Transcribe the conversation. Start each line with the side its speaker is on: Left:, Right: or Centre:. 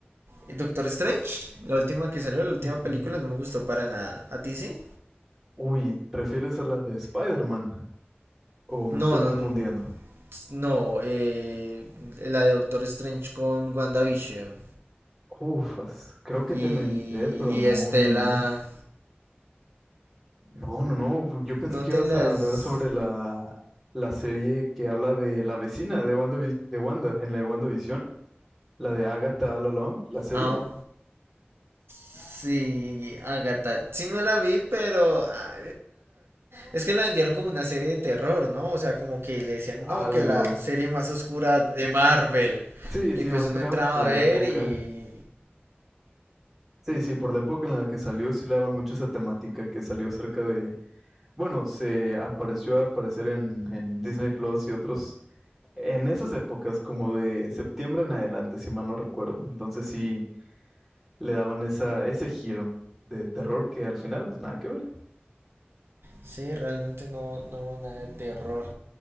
Right: el Doctor Strange. La última que salió, la última
Centre: Mm,
Right: película, no me gustó para nada. ¿A ti sí?
Centre: Uy, ¿prefieres a la de Spider-Man? ¿O me
Right: No,
Centre: estoy
Right: no.
Centre: confundiendo?
Right: No, eh, la de Doctor Strange con WandaVision.
Centre: Ufas, creo que
Right: Y,
Centre: te mentiré, pero no,
Right: y Estela.
Centre: no. No, no, no, yo pensé
Right: No
Centre: que
Right: te
Centre: ibas
Right: las.
Centre: a hablar sobre la, la serie que habla de la vecina de Wanda, de Wanda, en la de WandaVision, la de Agatha All Along, la serie.
Right: Ah, Sí, Agatha, sí me la vi, pero ah, es que la vendieron como una serie de terror, ¿no? O sea, como que le decían, no,
Centre: Algo.
Right: que la serie más oscura de Marvel.
Centre: Sí,
Right: Y
Centre: sí,
Right: pues
Centre: más
Right: uno
Centre: que nada
Right: entraba
Centre: por
Right: a
Centre: la
Right: ver
Centre: época.
Right: y
Centre: Sí, sí, por la época en la que salió, sí le daban mucho esa temática que salió cerca de, bueno, se apareció a aparecer en, en Disney Plus y otros, en esas épocas, como de septiembre en adelante, si mal no recuerdo. Entonces sí, le daban esa, ese giro de terror que al final, pues nada que ver.
Right: sí, realmente no, no hubo nada de terror.